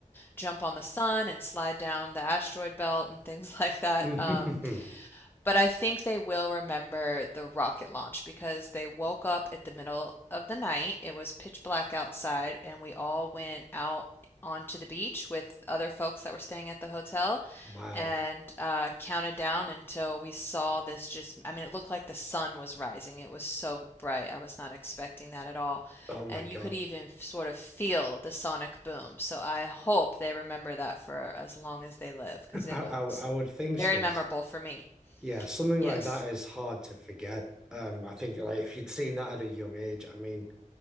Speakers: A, on the left; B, in the centre.
A: jump on the sun and slide down the asteroid belt and things <laughs> like that.
B: <laughs>
A: Um, but I think they will remember the rocket launch because they woke up at the middle of the night. It was pitch black outside, and we all went out onto the beach with other folks that were staying at the hotel
B: Wow.
A: and uh, counted down until we saw this just, I mean, it looked like the sun was rising. It was so bright. I was not expecting that at all.
B: Oh my
A: And
B: God.
A: you could even sort of feel the sonic boom. So I hope they remember that for as long as they live because
B: <laughs>
A: it
B: I,
A: was
B: I I would think
A: very
B: so.
A: memorable for me.
B: Yeah, something
A: Yes.
B: like that is hard to forget. Um, I think like if you'd seen that at a young age, I mean,